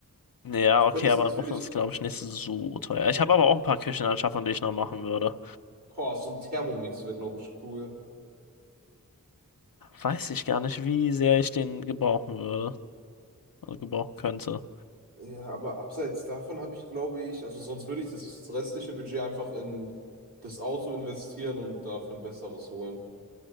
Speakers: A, on the left; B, on the right.
A: ja,
B: Ich könnte
A: okay, aber
B: es natürlich,
A: ein Ofen ist, glaube ich, nicht so teuer. Ich habe aber auch ein paar Küchenanschaffungen, die ich noch machen würde.
B: boah, so ein Thermomix wäre, glaube ich, cool.
A: Weiß ich gar nicht, wie sehr ich den gebrauchen würde. Also gebrauchen könnte.
B: Ja, aber abseits davon habe ich, glaube ich, also sonst würde ich das restliche Budget einfach in das Auto investieren und dafür ein besseres holen.